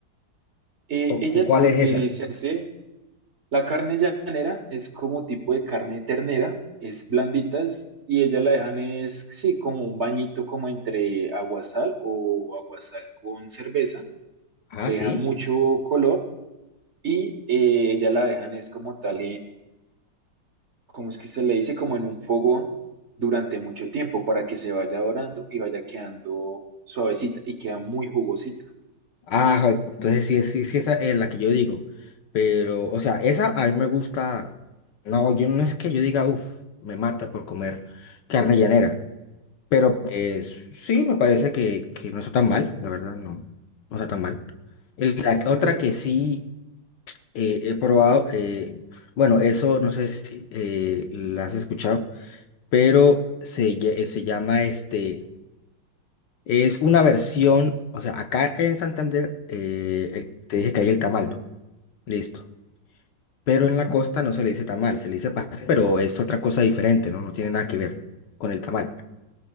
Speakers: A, on the right (about 40°); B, on the left (about 70°).
A: Eh,
B: ¿O,
A: ellas
B: o cuál
A: lo
B: es
A: que
B: esa?
A: se hace, la carne llanera es como tipo de carne ternera, es blanditas y ella la dejan es, sí, como un bañito como entre aguasal o aguasal con cerveza,
B: Ah,
A: le
B: sí.
A: dejan mucho color y eh, ella la dejan es como tal como es que se le dice? Como en un fogón durante mucho tiempo para que se vaya dorando y vaya quedando suavecita y queda muy jugosita.
B: Ah, entonces sí, sí, sí, esa es la que yo digo. Pero, o sea, esa a mí me gusta. No, yo no es que yo diga, uff, me mata por comer carne llanera. Pero pues sí, me parece que, que no está tan mal, la verdad, no. No está tan mal. El- la
A: Ok.
B: otra
A: Oye,
B: que sí eh, he probado, eh, bueno, eso no sé si eh, la has escuchado, pero se, lle- se llama este Es una versión, o sea, acá en Santander eh, el- te dije que hay el tamal, ¿no? Listo. Pero en la costa no se le dice tamal, se le dice pastel, pero es otra cosa diferente, ¿no? No tiene nada que ver con el tamal.